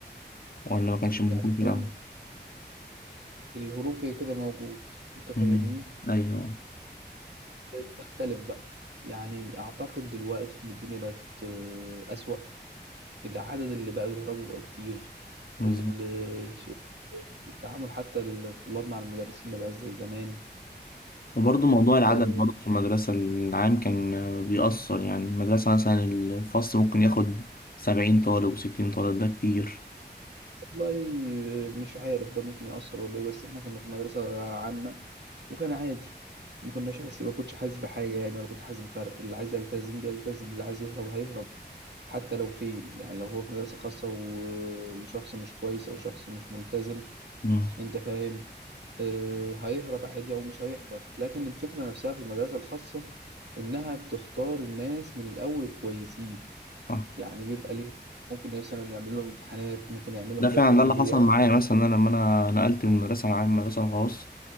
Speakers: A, on the left; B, on the right.
A: ولا ما كانش موجود
B: يعني في
A: في الأول؟
B: أي الهروب كده كده موجود أنت فاهمني
A: مم. ايوه
B: بتختلف بقى يعني أعتقد دلوقتي إن الدنيا بقت آه، أسوأ العدد اللي بقى بيهربوا بقى كتير
A: بالظبط
B: ال- ش- التعامل حتى الطلاب مع المدرسين ما بقاش زي زمان
A: وبرضه موضوع العدد
B: آه،
A: برضه في المدرسة العام كان آه، بيأثر يعني المدرسة مثلا الفصل ممكن ياخد سبعين طالب وستين طالب ده كتير
B: والله آه، مش عارف ده ممكن يأثر ولا ايه بس احنا كنا في مدرسة عامة وكان عادي ما كناش حاسس ما كنتش حاسس بحاجة يعني ولا كنت حاسس بفرق اللي عايز يلتزم بيلتزم اللي عايز يهرب هيهرب حتى لو فين يعني لو هو في مدرسة خاصة و- وشخص مش كويس أو شخص مش ملتزم
A: مم.
B: أنت فاهم آه، هيهرب عادي أو مش هيحضر لكن الفكرة نفسها في المدرسة الخاصة إنها بتختار الناس من الأول الكويسين
A: صح
B: يعني بيبقى ليهم ممكن مثلا يعمل لهم امتحانات ممكن يعمل لهم
A: ده
B: حاجات
A: فعلا
B: تجريبية
A: ده اللي حصل معايا مثلا انا لما انا نقلت من مدرسه عام مدرسه خاص